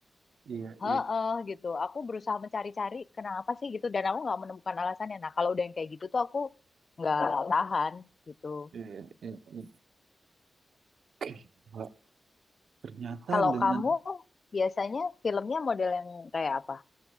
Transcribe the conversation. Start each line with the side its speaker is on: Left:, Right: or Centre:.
Right: Iya
Left: Heeh
Right: iya
Left: gitu. Aku berusaha mencari-cari kenapa sih gitu dan aku nggak menemukan alasannya. Nah, kalau udah yang kayak gitu tuh aku nggak tahan gitu.
Right: iya iya. iya. <clears throat> Oke, Mbak. Ternyata
Left: Kalau
Right: dengan
Left: kamu biasanya filmnya model yang kayak apa?